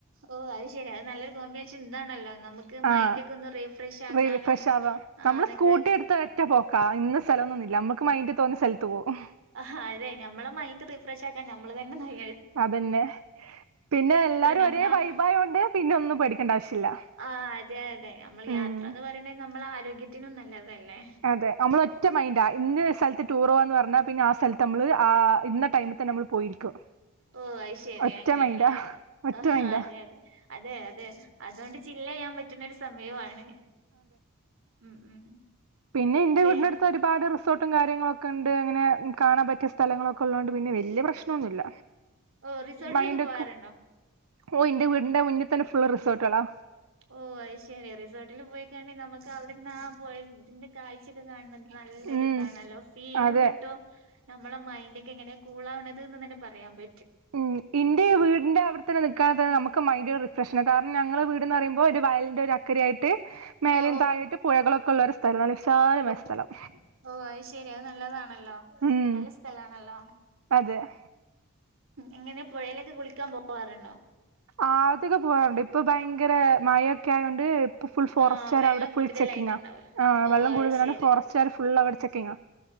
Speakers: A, on the right; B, on the right.
A: ഓഹ് അത് ശരി അത് നല്ലൊരു കോമ്പിനേഷൻ ഇതാണല്ലൊ നമു ക്ക് മൈൻഡൊക്ക
B: ആഹ്
A: ഒന്ന് റീഫ്രഷാക്കാനും
B: റീല് ഫ്രഷ് ആവാ നമ്മള്
A: അതൊക്കെ
B: സ്കൂട്ടി എടുത്ത ഒറ്റ പോക്കാ ഇന്ന സ്ഥലൊന്നുന്നില്ല നമ്മക്ക് മൈന്റ് തോന്ന്യ സ്ഥലത്ത് പോവും
A: ആഹാ അതെ നമ്മളെ മൈൻഡ് റീഫ്രഷ് ആക്കാൻ നമ്മള് തന്നെ നഴ
B: അതെന്നെ പിന്നെ എല്ലാരും
A: ഞമ്മള
B: ഒരേ വൈബായോണ്ട് പിന്നെ ഒന്നും പെടിക്കണ്ട ആവശ്യല്ല
A: ആഹ് അതെ അതെ നമ്മള്
B: ഉം
A: യാത്രാന്ന് പറീണെ നമ്മളെ ആരോഗ്യത്തിനും നല്ലതല്ലെ?
B: അതെ നമ്മൾ ഒറ്റ മൈൻഡ ഇന്ന സ്ഥലത്ത് ടൂർ പോവാന്ന് പറഞ്ഞാ പിന്നെ ആഹ് സ്ഥലത്ത് നമ്മള് ആ ഇന്ന ടൈമ് നമ്മള് പോയിരിക്കും
A: ഓ അത് ശെരി
B: ഒറ്റ
A: അങ്ങനെയാണല്ലേ
B: മൈൻഡാ ഒറ്റമൈൻഡ
A: ആഹ് അതെ അതെ അതെ അതെ അതോണ്ട് ചില്ലിയ്യാൻ പറ്റ്ണ ഒരു സമയോ ആണ് ഉം ഉം
B: പിന്ന ഇന്റ
A: പി
B: വീടിന്റട് ഇപ്പോ ഒരുപാട് റിസോർട്ടും കാര്യങ്ങളൊക്കണ്ട് അങ്ങനെ കാണാൻ പറ്റിയ സ്ഥലങ്ങളൊക്കെ ഉള്ളോണ്ട് പിന്നെ വല്യ പ്രശ്നൊന്നില്ല
A: ഓ റിസോർട്ടിലൊക്കെ
B: മൈന്റൊക്ക
A: പോവാറുണ്ടോ
B: ഓഹ് ഇന്റെ വീടിന്റെ മുന്നി തന്നെ ഫുള്ള് റിസോൾട്ടേളാ
A: ഓഹ് അയ്ശരി റിസോൾട്ടില് പോയിക്കണ്ട് നമ്മക്ക് അവിടെര്ന്നാ ആഹ് പൊയന്റെ കാഴ്ചൊക്ക കാണുന്നത് നല്ലൊരു
B: ഉം
A: ഇതാണല്ലൊ ഫീലും
B: അതെ
A: കിട്ടും നമ്മള മൈൻഡ് ഒക്കെ എങ്ങനെ കൂൾ ആവ്ണത് എന്ന് തന്നെ പറയാൻ പ
B: ഉം ഇന്റെ വീടിന്റെ അവിടുത്തന്നെ നിക്കാതാ
A: ഉം
B: നമ്മക്ക് മൈൻഡ് റീ പ്രശ്നം കാര്ണം ഞങ്ങളെ വീട്ന്ന് പറയുമ്പൊ ഒരു വയലിന്റെ ഒരു അക്കര ആയിട്ട് മേലെ
A: ഓ
B: താഴെ ആയിട്ട് പുഴകളൊക്കെ ഉള്ളൊര് സ് <unintelligible> വിശാലമായ
A: ഓ
B: സ്ഥലം
A: ഓ അത് ശെരി അത് നല്ലതാണല്ലോ
B: ഉം
A: നല്ല സ്ഥലാണല്ലോ
B: അതെഹേ
A: ഇങ്ങനെ പുഴയിലൊക്കെ കുളിക്കാൻ പോവാറുണ്ടോ
B: ആതിക്കെ. പോവാറുണ്ട് ഇപ്പൊ ഭയങ്കര മഴ യൊക്കെ ആയൊണ്ട് പ്പ. ഫുൾ ഫോറസ്റ്റർ.
A: ആഹ് വെള്ളം
B: അവടെ ഇപ്പോ ഫുൾ ഫോറസ്റ്റ് കാർ ഫുൾെചെകിങ്ങ.
A: കൂടുതലായിട്ടുണ്ടാവൂലോ
B: ആ
A: ഓ
B: വെള്ളം
A: അത്
B: കൂടുതലാണ്
A: ശെരി
B: ഫോറസ്റ്റർ ഫുൾ അവിടെ ചെക്കിങ്ങ